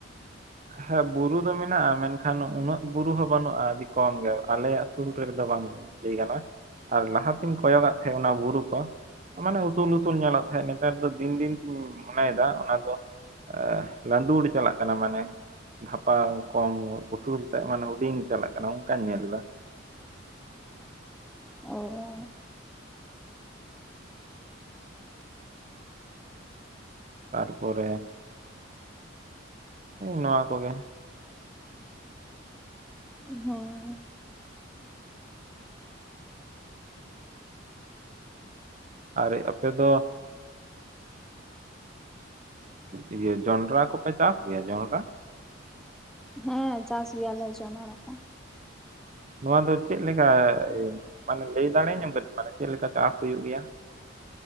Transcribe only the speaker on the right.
ᱦᱮᱸ ᱵᱩᱨᱩ ᱫᱚ ᱢᱮᱱᱟᱜᱼᱟ ᱢᱮᱱᱠᱷᱟᱱ ᱩᱱᱟᱹᱜ ᱵᱩᱨᱩ ᱦᱚᱸ ᱵᱟᱹᱱᱩᱜᱼᱟ ᱟᱹᱰᱤ ᱠᱚᱢ ᱜᱮ ᱟᱞᱮᱭᱟᱜ ᱥᱩᱨ ᱨᱮᱫᱚ ᱵᱟᱝ ᱞᱟᱹᱭ ᱜᱟᱱᱚᱜᱼᱟ ᱟᱨ ᱞᱟᱦᱟᱛᱤᱧ ᱠᱚᱭᱚᱜᱟᱜ ᱛᱟᱦᱮᱸᱜ ᱚᱱᱟ ᱵᱩᱨᱩ ᱠᱚ ᱢᱟᱱᱮ ᱩᱥᱩᱞ ᱩᱥᱩᱞ ᱧᱮᱞᱚᱜ ᱛᱟᱦᱮᱸᱫ ᱱᱮᱛᱟᱨ ᱫᱚ ᱫᱤᱱ ᱫᱤᱱ ᱛᱤᱧ ᱢᱚᱱᱮᱭᱮᱫᱟ ᱚᱱᱟ ᱫᱚ ᱻᱻ ᱚ ᱞᱟᱸᱫᱩᱲ ᱪᱟᱞᱟᱜ ᱠᱟᱱᱟ ᱢᱟᱱᱮ ᱫᱷᱟᱯᱟᱣ ᱠᱚᱢ ᱩᱥᱩᱞᱛᱮ ᱢᱟᱱᱮ ᱦᱩᱰᱤᱧ ᱪᱟᱞᱟᱜ ᱠᱟᱱᱟ ᱚᱱᱠᱟᱹᱧ ᱧᱮᱞ ᱮᱫᱟ
ᱛᱟᱨᱯᱚᱨᱮ ᱱᱚᱣᱟ ᱠᱚᱜᱮ
ᱟᱨᱮ ᱟᱯᱮ ᱫᱚ ᱤᱭᱟᱹ ᱡᱚᱱᱰᱨᱟ ᱠᱚᱯᱮ ᱪᱟᱥ ᱜᱮᱭᱟ ᱡᱚᱱᱰᱨᱟ᱾
ᱱᱚᱣᱟ ᱫᱚ ᱪᱮᱫ ᱞᱮᱠᱟ ᱢᱟᱱᱮ ᱞᱟᱹᱭ ᱫᱟᱲᱮ ᱤᱧᱟᱢ ᱢᱮᱱᱮ ᱪᱮᱫᱞᱮᱠᱟ ᱪᱟᱥ ᱦᱩᱭᱩᱜ ᱜᱮᱭᱟ?